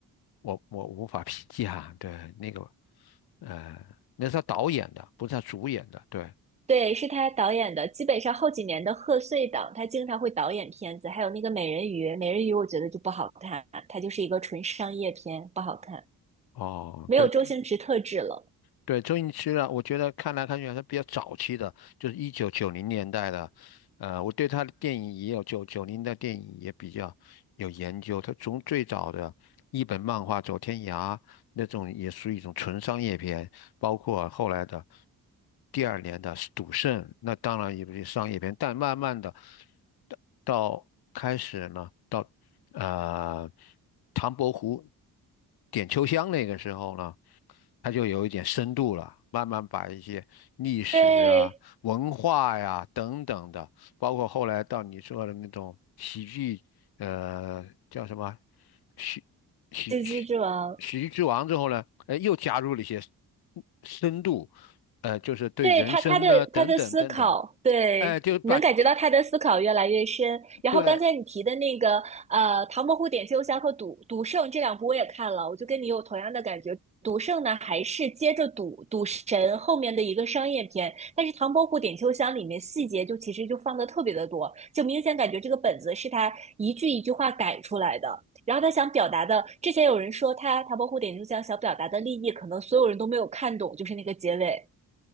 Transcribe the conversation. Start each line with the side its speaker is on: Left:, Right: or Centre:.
Left: 我我无法评价，对，那个呃，那是他导演的，不是他主演的，对。
Right: 对，是他导演的。基本上后几年的贺岁档，他经常会导演片子，还有那个美人鱼《美人鱼》，我觉得就不好看，它就是一个纯商业片，不好看，
Left: 哦，
Right: 没有周星驰特质了。
Left: 对对，对，周星驰的，我觉得看来看去还是比较早期的，就是一九九零年代的。呃，我对他的电影也有九九零的电影也比较有研究。他从最早的一本漫画《走天涯》那种也属于一种纯商业片，包括后来的第二年的《赌圣》，那当然也不是商业片，但慢慢的到到开始呢，到呃唐伯虎点秋香那个时候呢。它就有一点深度了，慢慢把一些历史啊、
Right: 对，
Left: 文化呀、等等的，包括后来到你说的那种喜剧，呃，叫什么喜喜喜
Right: 《喜剧之王》
Left: 喜剧之王之后呢，呃，又加入了一些深度，呃，就是对人生呢等等等等，
Right: 对，他他的他的思考，对，
Left: 哎，就把就
Right: 能感觉到他的思考越来越深。然后刚才你提的那个呃《唐伯虎点秋香》和《赌赌圣》这两部我也看了，
Left: 对
Right: 我就跟你有同样的感觉。赌圣呢，还是接着赌赌神后面的一个商业片，但是《唐伯虎点秋香》里面细节就其实就放的特别的多，就明显感觉这个本子是他一句一句话改出来的。然后他想表达的，之前有人说他《唐伯虎点秋香》想表达的立意，可能所有人都没有看懂，就是那个结尾。